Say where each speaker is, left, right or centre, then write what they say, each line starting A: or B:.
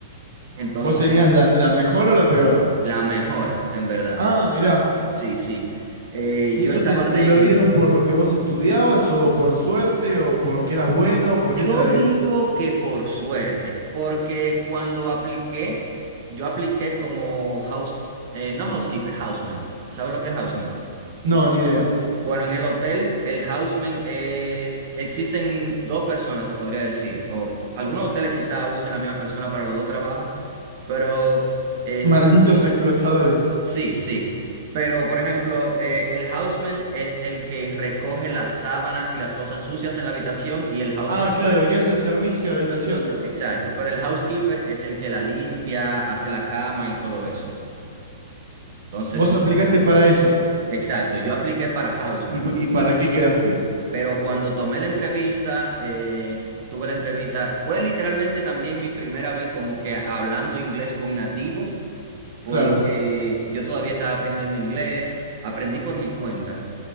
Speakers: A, on the right (about 45°); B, on the right (about 65°).
A: Entonces,
B: ¿Vos tenías la, la mejor o la peor?
A: la mejor, en verdad.
B: Ah, mirá.
A: Sí, sí. Eh,
B: ¿Y
A: yo
B: eso
A: estaba
B: te, te
A: de...
B: lo dieron por lo que vos estudiabas o por suerte o porque eras bueno? ¿Por
A: Yo
B: qué te la
A: digo
B: dieron?
A: que por suerte, porque cuando apliqué, yo apliqué como house... eh, no housekeeper, houseman. ¿Sabe lo que es houseman?
B: No, ni idea.
A: Bueno, en el hotel, el houseman es... Existen dos personas, se podría decir. O algunos hoteles quizá usen la misma persona para los dos trabajos, pero eh,
B: Malditos
A: se utiliza...
B: explotadores.
A: Sí, sí. Pero, por ejemplo, eh, el houseman es el que recoge las sábanas y las cosas sucias en la habitación y el housekeeper.
B: Ah, claro, el que hace servicio de habitación, digamos.
A: Exacto. Pero el housekeeper es el que la limpia, hace la cama y todo eso. Entonces
B: Vos
A: son...
B: aplicaste para eso.
A: Exacto. Yo apliqué para houseman.
B: ¿Y, pa- y para qué quedaste?
A: Pero cuando tomé la entrevista, eh, tuve la entrevista, fue literalmente también mi primera vez como que hablando inglés con nativos, porque
B: Claro.
A: yo todavía estaba aprendiendo inglés, aprendí por mi cuenta.